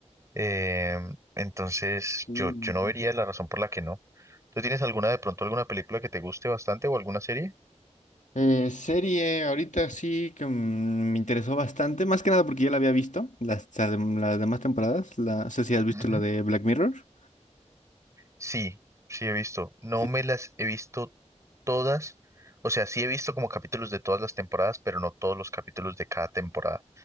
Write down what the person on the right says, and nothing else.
Eh, entonces,
yo,
yo no vería la razón por la que no. ¿Tú tienes alguna de pronto, alguna película que te guste bastante o alguna serie?
Ujú.
Sí, sí he visto. No
me
las
he visto todas. O sea, sí he visto como capítulos de todas las temporadas, pero no todos los capítulos de cada temporada.